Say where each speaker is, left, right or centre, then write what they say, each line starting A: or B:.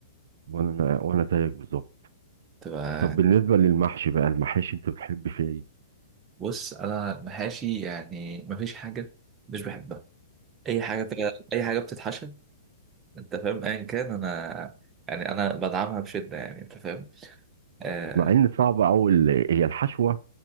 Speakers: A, on the right; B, on the right.
A: وانا وانا زيك بالظبط
B: تبقى
A: طب بالنسبه للمحشي بقى المحاشي انت بتحب فيها ايه
B: بص انا المحاشي يعني مفيش حاجه مش بحبها اي حاجه بت- اي حاجه بتتحشى انت فاهم ايا كان انا يعني انا بدعمها بشده يعني انت فاهم آه
A: مع ان صعب او ال- هي الحشوه